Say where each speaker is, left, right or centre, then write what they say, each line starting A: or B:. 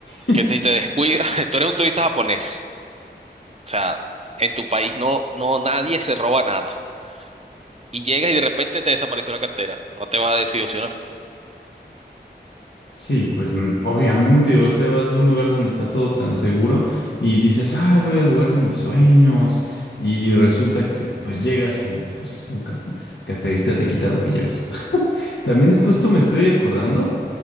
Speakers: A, on the left; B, on the right.
A: <laughs>
B: Que te, te descuidas, <laughs> tú eres un turista japonés. O sea, en tu país no, no, nadie se roba nada. y llegas y de repente te desapareció la cartera. No te vas a desilusionar.
A: Sí, pues mm, obviamente, o sea, vas de un lugar donde está todo tan seguro y dices, ay, voy al lugar de mis sueños y resulta que pues llegas y pues un car- carterista te quita lo que llevas. <laughs> También justo me estoy acordando